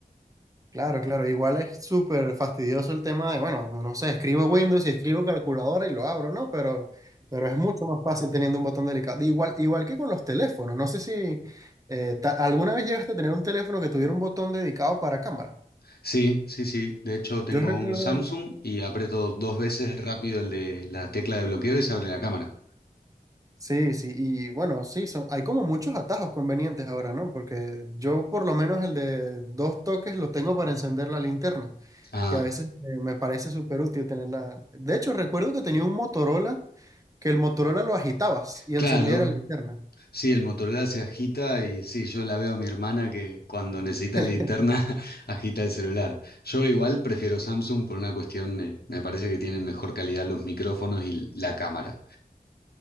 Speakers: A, on the right (about 20°); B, on the left (about 75°).
A: Claro, claro, igual es súper fastidioso el tema de, bueno, no no sé, escribo Windows y escribo calculadora y lo abro, ¿no? Pero, pero es mucho más fácil teniendo un botón delicado. Igual, igual que con los teléfonos, no sé si eh, ta- alguna vez llegaste a tener un teléfono que tuviera un botón dedicado para cámara.
B: Sí, sí, sí. De hecho, tengo
A: Yo recuerdo,
B: un Samsung y aprieto dos veces rápido el de la tecla de bloqueo y se abre la cámara.
A: sí, sí, y bueno, sí, son, hay como muchos atajos convenientes ahora, ¿no? Porque yo por lo menos el de dos toques lo tengo para encender la linterna,
B: Ah,
A: que a veces eh, me parece súper útil tenerla. De hecho, recuerdo que tenía un Motorola que el Motorola lo agitabas y encendía
B: claro,
A: la linterna.
B: Sí, el Motorola se agita y sí, yo la veo a mi hermana que cuando necesita
A: <laughs>
B: linterna <laughs> agita el celular. Yo igual prefiero Samsung por una cuestión de, me parece que tienen mejor calidad los micrófonos y la cámara.